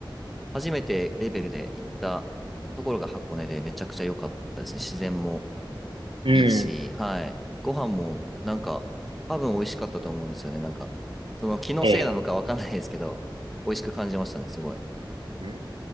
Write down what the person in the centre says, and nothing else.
初めてレベルで行ったところが箱根でめちゃくちゃ良かったですね。自然も。
いいし、はい。ご飯も、なんか、多分美味しかったと思うんですよね。なんか、その気のせいなのかわかんないですけど、
美味しく感じましたね、すごい。